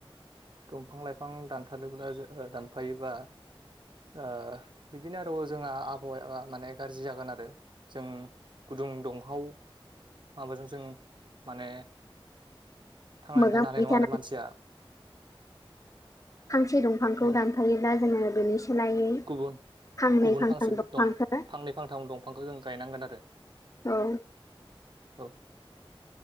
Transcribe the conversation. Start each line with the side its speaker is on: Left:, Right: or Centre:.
Right: दंफां लाइफां दानथारोब्ला दानफायोबा। ओ बिदिनो आरो जोंहा आबहावायााया माने गाज्रि जागोन आरो जों गुदुं दंहाव माबाजों जों माने थांनानै
Left: मोगा
Right: थानो
Left: मोगि
Right: हानाय नङा
Left: जानानै
Right: आरो मानसिया।
Left: फांसे दंफांखौ
Right: औ
Left: दानफायोब्ला जोङो बेनि सोलायै
Right: गुबुन
Left: फांनै
Right: गुबुन
Left: फांथाम
Right: फांसे
Left: दंफांफोर
Right: दं फांनै फांथाम दंफांखौ जों गायनांगोन आरो
Left: औ
Right: औ